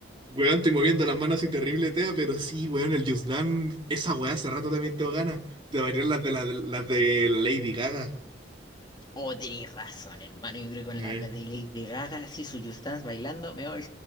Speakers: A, on the right; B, on the left.
A: weón, estoy moviendo las manos así terrible, tea, pero sí, weón, el Just Dance, esa weá hace rato también tengo ganas de variar las de la, las de Lady Gaga.
B: Oh, tenéis razón, hermano. Yo creo que con
A: Eh,
B: la, la de Lady Gaga, así su Just Dance bailando, me voy.